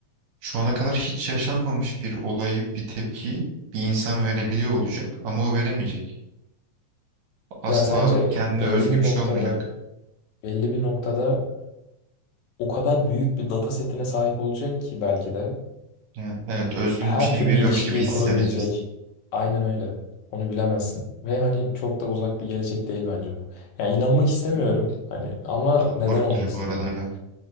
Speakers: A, on the right (about 75°); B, on the left (about 75°).
A: şu ana kadar hiç yaşanmamış bir olayı, bir tepkiyi bir insan verebiliyor olacak ama o veremeyecek. Asla
B: Ya sence
A: kendine
B: belli
A: özgü
B: bir
A: bir
B: noktada,
A: şey olmayacak.
B: belli bir noktada o kadar büyük bir data setine sahip olacak ki belki de
A: Yani evet özgün
B: her
A: bir şey
B: türlü
A: veriyormuş
B: ilişkiyi
A: gibi hissedeceğiz.
B: kurabilecek. Aynen öyle. Onu bilemezsin. Ve hani çok da uzak bir gelecek değil bence bu. Yani inanmak istemiyorum
A: Bilmiyorum,
B: hani ama
A: Çok
B: neden
A: korkutucu
B: olmasın
A: bu arada
B: ya?
A: ya.